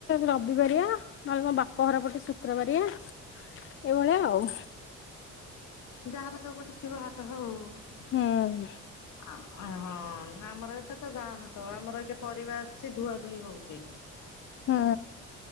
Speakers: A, on the left; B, on the left.
A: ରବିବାରିଆ ନହେଲେ ମୋ ବା ପ ଘର ପଟେ ଶୁକ୍ରବାରିଆ ଏଇଭଳିଆ ଆଉ।
B: ଯାହାର ଯଉ ପଟେ ଥିବ ହାଟ ହଉ ହଉ।
A: ହୁଁ-
B: ଆମ ହଁ ଆମର ଏତ ତ ଗାଁ ହାଟ ଆମର ଏଠି ପରିବା। ସେ ଧୁଆ ଧୁଇ ହଉଚି।
A: ହୁଁ